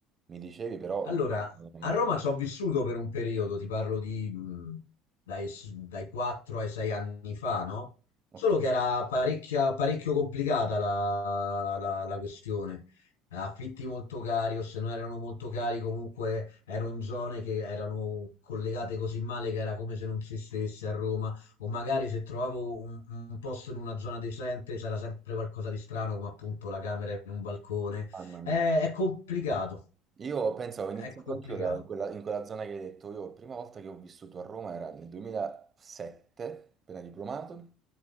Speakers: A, on the right; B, on the left.
A: mi dicevi, però
B: Allora,
A: non hai
B: a
A: mai...
B: Roma ci ho vissuto per un periodo, ti parlo di mh, dai, s- dai 4 ai 6 anni fa, no?
A: Ok,
B: Solo che era parecchia- parecchio complicata la, la- la questione. Affitti molto cari, o se non erano molto cari, comunque erano in zone che erano collegate così male che era come se non si stesse a Roma. O magari se trovavo un, un posto in una zona decente c'era sempre qualcosa di strano, come appunto la camera in un balcone.
A: mamma mia.
B: è è complicato.
A: Io penso, ho iniziato
B: È complicato.
A: anch'io da- in quella, in quella zona che hai detto. Io, la prima volta che ho vissuto a Roma era nel 2007, appena diplomato.